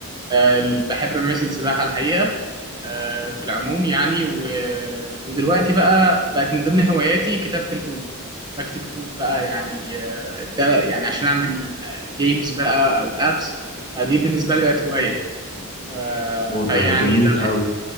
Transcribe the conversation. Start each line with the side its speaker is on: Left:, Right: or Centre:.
Right: آه، بحب أمارس السباحة الحقيقة آه، في العموم يعني و... ودلوقتي بقى بقت من ضمن هواياتي كتابة الكود بكتب كود بقى يعني آه، ده يعني عشان أعمل جيمز بقى أو أبس دي بالنسبة لي بقت هواية آه،
Left: وده
Right: فيعني
Left: جميل
Right: ده
Left: أوي